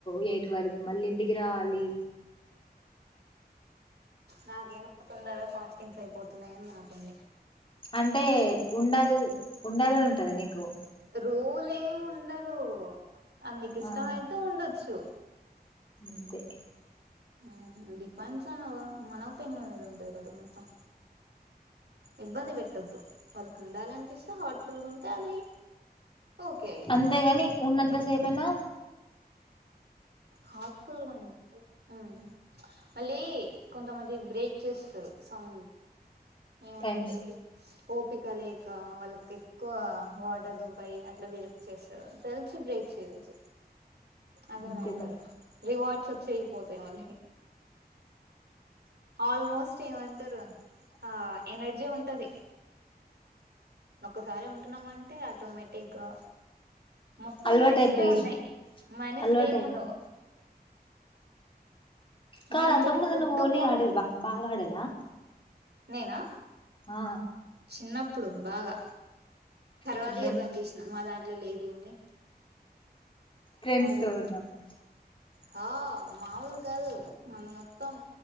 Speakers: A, on the left; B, on the right.
A: యేట్ వరకు మళ్ళీ ఇంటికి రావాలి
B: నాకేమో తొందరగా ఫాస్టింగ్స్ అయిపోతున్నాయని నా బాద్
A: అంటే ఉండాల్ ఉండాలని ఉంటదా నీకు
B: రూలేమీ ఉండదు అది నీకు ఇష్టం
A: ఆ
B: అయితే ఉండొచ్చు
A: అంతే
B: హ్మ డిపాన్స్న ఆన్ ఆవ్ మన ఒపీనియన్ మీద ఉంటది కదా మొత్తం ఇబ్బంది పెట్టద్దు వాళ్ళకి ఉండాలనిపిస్తే హాట్ ఫుల్గా ఉంటే అది ఓకే అయిద్ది
A: అంతేగాని ఉన్నంతాసేపయినా
B: హట్ ఫుల్ గు హ్మ మళ్ళీ కొంతమంది బ్రేక్ చేస్తారు సమ్ ఏమంటారు
A: టైమ్స్
B: ఓపిక లేక వాళ్ళకి ఎక్కువ వాటర్ దూపాయి అట్లా బ్రేక్ చేస్తారు తెలిసి బ్రేక్ తెల్సు అదే
A: అంతే
B: మ్యాటర్
A: బట్
B: రివార్డ్స్ వచ్చే పోతాయి మళ్ళీ ఆల్మోస్ట్ ఏమంటారు ఆ ఎనర్జీ ఉంటది ఒక్కసారి ఉంట ఉంటున్నాం అంటే ఆటోమేటిక్ గా మొత్తం
A: అలవాటు
B: ప్లస్
A: అయిపోయిది
B: లే ఉంటయి మైనస్
A: అలవాటు
B: లు ఏము
A: అయిపో
B: ఉండవ్
A: కాదు
B: మనం
A: అంతకు
B: తినే
A: ముందు
B: ఫుడ్
A: నువ్వు హోలీ
B: కోన్
A: ఆడేది బా బాగా ఆడేదా
B: నేనా
A: ఆ
B: చిన్నప్పు పూడు బాగా తర్వాత
A: చిన్నప్పు
B: ఇగ బంచేసిన మా దాంట్లో లేదు అని
A: ఫ్రెండ్స్
B: ఆడుగు
A: తో ఉన్నప్పుడు
B: హా మాముూలు కాదు మన మొత్తం